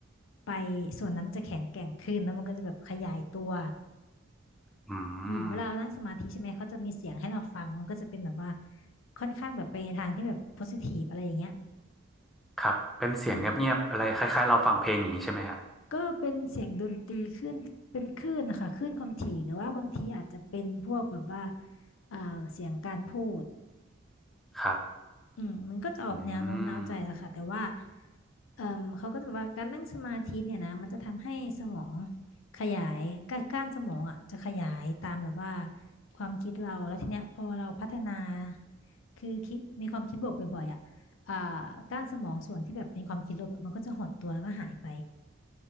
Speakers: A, on the left; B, in the centre.
A: ไปส่วนนั้นจะแข็งแกร่งขึ้นแล้วมันก็จะแบบขยายตัว
B: อื
A: อืมเวลาเรานั่งสมาธิใช่ไหมเขาจะมีเสียงให้เราฟังมันก็จะเป็นแบบว่า
B: ม
A: ค่อนข้างแบบไปในทางที่แบบโพสิทีฟอะไรอย่างเงี้ย
B: ครับเป็นเสียงเงียบๆอะไรคล้ายๆเราฟังเพลงอย่างนี้ใช่ไหมฮะ
A: อืม ก็เป็นเสียงดนตรีขึ้นเป็นคลื่นนะคะคลื่นความถี่แต่ว่าบางทีอาจจะเป็นพวกแบบว่าอ่าเสียงการพูด
B: ครับ
A: อืมมันก็จะออกแนวโน้มน้าวใจแหละค่ะแต่ว่า
B: อืม
A: เอ่มเขาก็จะแบบว่าการนั่งสมาธิเนี่ยนะมันจะทำให้สมองขยายก้าก้านสมองอ่ะจะขยายตามแบบว่าความคิดเราแล้วทีเนี้ยพอเราพัฒนาคือคิดมีความคิดบวกบ่อยๆอ่ะอ่าก้านสมองส่วนที่แบบเป็นความคิดลบอะมันก็จะหดตัวแล้วก็หายไป